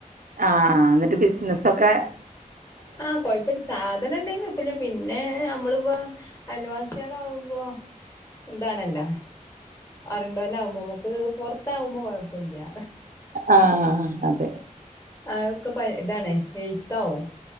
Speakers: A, on the right; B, on the left.
A: ആഹ് ന്നിട്ട് ബിസിനസ്സൊക്കെ
B: ആഹ് കൊഴപ്പില്ല സാധനം ഉണ്ടേന്നു പിന്നെ നമ്മളിപ്പോ അൽവാസിയള് ആകുമ്പോ എന്താണല്ലാ അറിയേണ്ടല്ലോ ആകുമ്പോ നമുക്ക് പൊറത്തകുമ്പോ കൊഴപ്പല്ല
A: ആഹ് അതെ
B: അതൊക്കെ പഴേതാണ് എഴുത്താവും